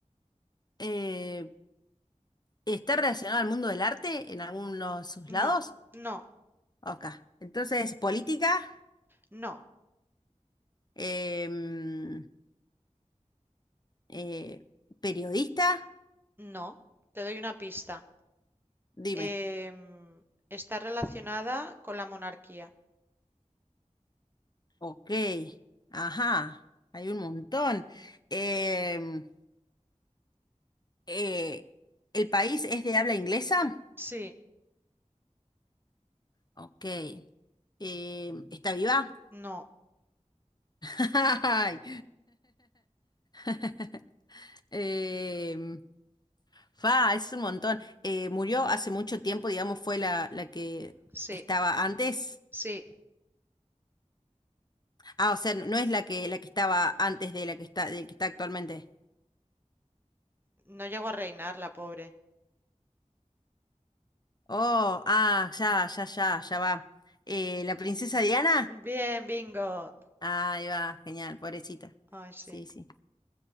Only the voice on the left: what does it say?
eh, ¿está relacionada al mundo del arte en algunos de sus lados?
Ok. Entonces, política,
Em, eh, periodista,
dime.
Ok. Ajá, hay un montón. Em, eh, ¿el país es de habla inglesa?
Ok. Em, ¿está viva?
<laughs> Ay. <laughs> Em, Fa, es un montón. Eh, murió hace mucho tiempo, digamos, fue la, la que
estaba antes.
Ah, o sea, no no es la que, la que estaba antes de la que está, de la que está actualmente.
Oh, ah, ya, ya, ya, ya va. Eh, ¿la princesa Diana?
Ahí va, genial, pobrecita.
Sí, sí.